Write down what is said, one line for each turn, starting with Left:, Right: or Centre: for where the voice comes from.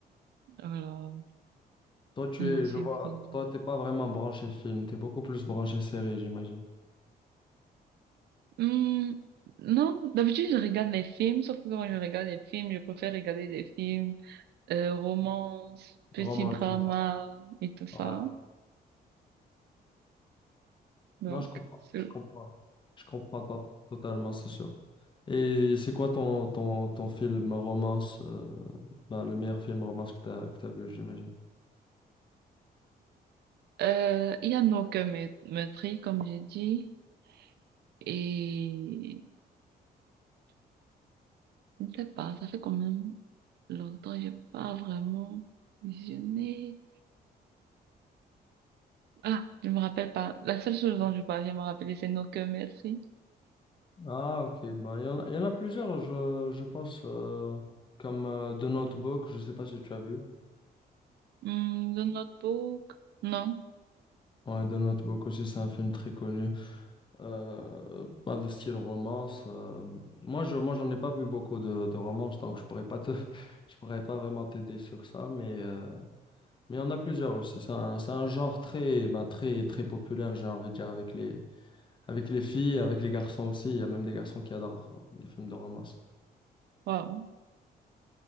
Right: Alors,
Left: Toi, tu
Right: non,
Left: es,
Right: c'est
Left: je vois,
Right: un film.
Left: toi, t'es pas vraiment branché film, t'es beaucoup plus branché série, j'imagine.
Right: Hmm, non, d'habitude, je regarde les films, sauf que quand je regarde les films, je préfère regarder des films, euh, romance, petit
Left: Romantique,
Right: drama et tout ça.
Left: ouais.
Right: Donc,
Left: Non, je comprends,
Right: c'est-
Left: je comprends. Je comprends to- totalement, c'est sûr. Et c'est quoi ton, ton, ton film romance, euh, ben, le meilleur film romance que t'as, que t'as vu, j'imagine?
Right: euh, il y a No Cure Me- Meurtri, comme j'ai dit. Et, je ne sais pas, ça fait quand même longtemps, j'ai pas vraiment visionné. Ah, je me rappelle pas. La seule chose dont je parviens à me rappeler, c'est No Que Merci.
Left: Ah, ok. Ben, il y en a, il y en a plusieurs, je, je pense, euh, comme euh, The Notebook, je sais pas si tu as vu.
Right: Hmm, The Notebook. Non.
Left: Ouais, The Notebook aussi, c'est un film très connu. Euh, pas de style romance. euh, Moi, je, moi, j'en ai pas vu beaucoup de, de romances, donc je pourrais pas te, <laughs> je pourrais pas vraiment t'aider sur ça, mais, euh, mais il y en a plusieurs aussi. C'est un, c'est un genre très, ben, très, très populaire, j'ai envie de dire, avec les, avec les filles, avec les garçons aussi. Il y a même des garçons qui adorent les films de romance.
Right: Wow.